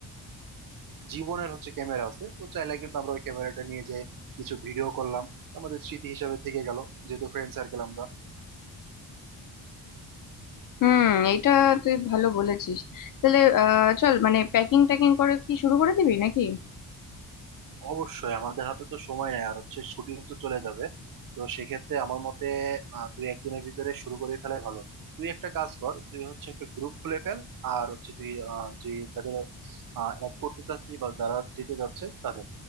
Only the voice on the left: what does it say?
হুম এটা তুই ভালো বলেছিস তাহলে আহ চল মানে প্যাকিং ট্যাকিং করে কি শুরু করে দিবি নাকি